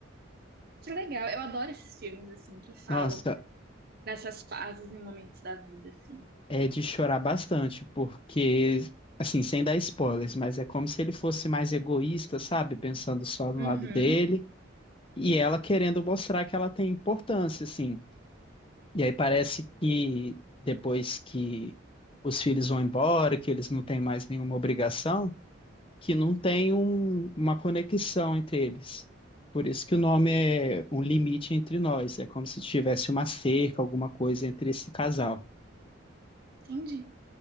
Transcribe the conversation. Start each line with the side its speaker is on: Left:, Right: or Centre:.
Right: Que legal. Eu adoro esses filmes, assim, que falam
Left: Nossa,
Right: dessas fases e momentos da vida, assim.
Left: É de chorar bastante, porque, assim, sem dar spoilers, mas é como se ele fosse mais egoísta, sabe? Pensando só no
Right: Uhum.
Left: lado dele, e ela querendo mostrar que ela tem importância, assim. E aí parece que depois que os filhos vão embora, que eles não têm mais nenhuma obrigação, que não tem um- uma conexão entre eles. Por isso que o nome é Um Limite Entre Nós. É como se tivesse uma cerca, alguma coisa entre esse casal.
Right: Entendi.